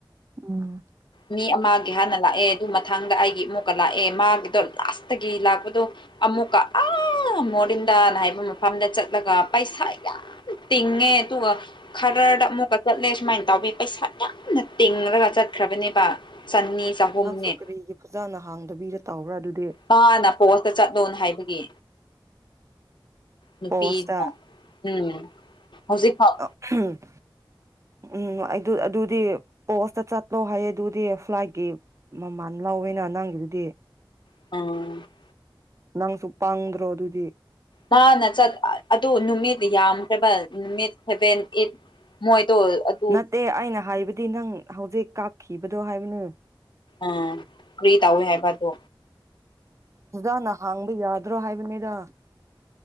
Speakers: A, on the right; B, on the left.
A: ꯎꯝ
B: ꯃꯤ ꯑꯃꯒꯤ ꯍꯥꯟꯅ ꯂꯥꯛꯑꯦ ꯑꯗꯨ ꯃꯊꯥꯡꯗ ꯑꯩꯒꯤ ꯏꯃꯨꯛꯀ ꯂꯥꯛꯑꯦ ꯃꯥꯒꯤꯗꯣ ꯂꯥꯁꯇꯒꯤ ꯂꯥꯛꯄꯗꯣ ꯑꯃꯨꯛꯀ ꯑꯥ ꯃꯣꯔꯤꯟꯗꯥꯟ ꯍꯥꯏꯕ ꯃꯐꯝꯗ ꯆꯠꯂꯒ ꯄꯩꯁꯥ ꯌꯥꯝ ꯇꯤꯡꯉꯦ ꯇꯨꯒ ꯈꯔꯗ ꯑꯃꯨꯛꯀ ꯆꯠꯂꯦ ꯁꯨꯃꯥꯏꯅ ꯇꯧꯕꯤ ꯄꯩꯁꯥ ꯌꯥꯝꯅ ꯇꯤꯡꯡꯂꯒ ꯆꯠꯈ꯭ꯔꯕꯅꯦꯕ ꯆꯅꯤ ꯆꯍꯨꯝꯅꯦ
A: ꯅꯪꯁꯨ ꯀꯔꯤꯒꯤ ꯐꯖꯥꯅ ꯍꯥꯡꯗꯕꯤꯔ ꯇꯥꯎꯕ꯭ꯔꯥ ꯑꯗꯨꯗꯤ
B: ꯃꯥꯅ ꯄꯣꯁꯇ ꯆꯠꯂꯣꯅ ꯍꯥꯏꯕꯒꯤ ꯅꯨꯄꯤ
A: ꯄꯣꯁꯇ
B: ꯎꯝ ꯍꯧꯖꯤꯛ ꯐꯥꯎ
A: ꯎꯝ ꯎꯝ ꯑꯗꯨꯗꯤ ꯄꯣꯁꯇ ꯆꯠꯂꯣ ꯍꯥꯏꯌꯦ ꯑꯗꯨꯗꯤ ꯐ꯭ꯂꯥꯏꯠꯀꯤ ꯃꯃꯥꯟ ꯂꯥꯎꯋꯦꯅ ꯅꯥꯡꯒꯤꯗꯨꯗꯤ
B: ꯑꯥ
A: ꯅꯪꯁꯨ ꯄꯥꯡꯗ꯭ꯔꯣ ꯑꯗꯨꯗꯤ
B: ꯃꯥꯅ ꯆꯠ ꯑꯗꯨ ꯅꯨꯃꯤꯠ ꯌꯥꯝꯈ꯭ꯔꯕ ꯅꯨꯃꯤꯠ ꯁꯦꯚꯦꯟ ꯑꯩꯠ ꯃꯣꯏꯗꯣ ꯑꯠ
A: ꯅꯠꯇꯦ ꯑꯩꯅ ꯍꯥꯏꯕꯗꯤ ꯅꯪ ꯍꯧꯖꯤꯛ ꯀꯥꯞꯈꯤꯕꯗꯣ ꯍꯥꯏꯕꯅꯦ
B: ꯎꯝ ꯐ꯭ꯔꯤ ꯇꯧꯋꯦ ꯍꯥꯏꯕꯗꯣ
A: ꯐꯖꯥꯅ ꯍꯥꯡꯕ ꯌꯥꯗ꯭ꯔꯣ ꯍꯥꯏꯕꯅꯤꯗ